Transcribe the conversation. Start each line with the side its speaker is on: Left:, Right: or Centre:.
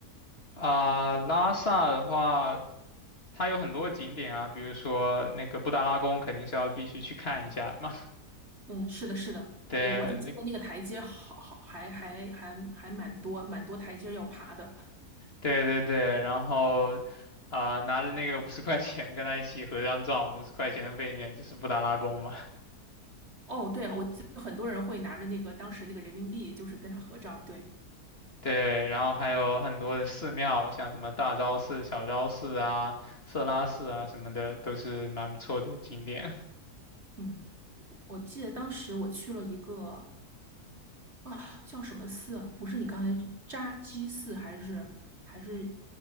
Left: 啊、拉萨的话，它有很多景点啊，比如说那个布达拉宫肯定是要必须去看一下的嘛。
Right: 嗯，是的，是的，
Left: <laughs> 对，
Right: 我我就记得那个台阶好，
Left: 那
Right: 好还还还还蛮多蛮多台阶要爬的。
Left: 对对对，然后啊、拿着那个五十块钱跟他一起合张照，五十块钱的背面就是布达拉宫嘛。
Right: 哦，对了，我记得很多人会拿着那个当时那个人民币，就是跟他合照。对，
Left: 对，然后还有很多的寺庙，像什么大昭寺、小昭寺啊、色拉寺啊什么的，都是蛮不错的景点。
Right: 嗯，我记得当时我去了一个啊叫什么寺啊？不是你刚才扎基寺还是还是